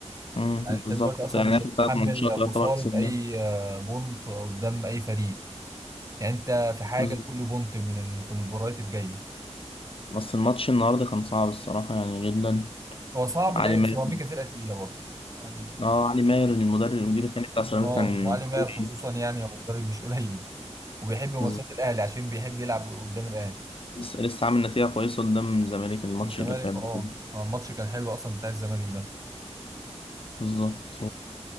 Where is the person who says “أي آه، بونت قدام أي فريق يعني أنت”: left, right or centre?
Right